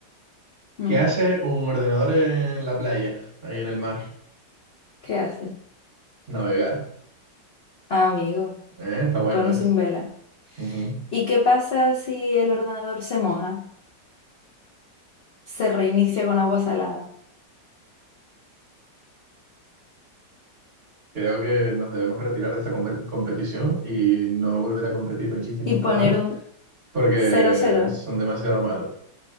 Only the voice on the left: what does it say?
mm.
¿Qué hace?
Ah, Amigo,
cono
sin vela.
¿Y qué pasa si el ordenador se moja? Se reinicia con agua salada
y
poner
un
cero cero.